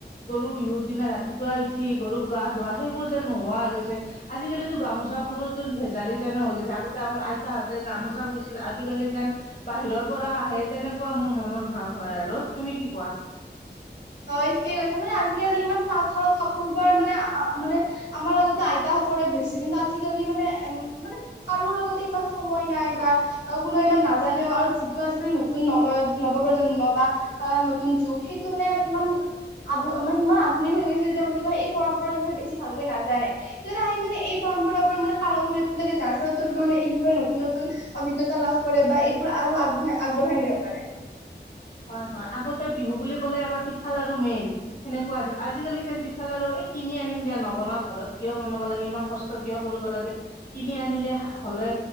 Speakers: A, on the left; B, on the left.
A: গৰু বিহুৰ দিনা ৰাতিপুৱা উঠি গৰুক গা ধোৱা সেইবোৰ যেন নোহোৱা হৈ গৈছে। আজি আজিকালিতো গামোচাবোৰ ভেজালি যেনে হৈ গৈছে। আগতে আমাৰ আইতাহঁতে গামোচা বৈছিল। আজিকালি যেন বাহিৰৰ পৰা আহে তেনেকুৱা মোৰ মনৰ ভাৱ হয় আৰু। তুমি কি কোৱা?
B: <inaudible> হয় ঠিকে কৈছো। মানে আজিকালি ইমান তাঁতশাৰত কাপোৰ বোৱাৰ মানে মানে আমাৰ আগতে আইতা <unintelligible> বৈছিল। কিন্তু আজি কালি মান, মান কৰো লগতে ইমান সময় নাই বা আৰু কোনো নাজানেও আৰু যিটো আজিকালি নতুন ন-নৱপ্ৰজন্ম বা অ নতুন যুগ সেইটো মানে ইমান আধু মানে ইমান আধুন হৈ গৈছিল তেওঁলোক মানে পৰম্পৰাৰ বিষয়ে বেছি ভালকৈ নাজানে। <unintelligible> পৰম্পৰাবোৰ মানে পালন কৰিব লাগে, যাৰ ফলত তেওঁলোকে মানে এই বিষয়ে নতুন নতুন অভিজ্ঞতা লাভ কৰে বা এইবোৰ আগবঢ়াই-আগবঢ়াই নিব পাৰে।
A: হয় হয় আগতে বিহু বুলি ক'লে আমাৰ পিঠাল আৰু মেইন, সনেকুৱা আছিল। আজিকালি যেন পিঠাল আৰু এ কিনি আনিম দিয়া নোবনাও ঘৰত। কিয় বনাব লাগে? ইমান কষ্ট কিয় কৰিব লাগে? কিনি আনিলে হলে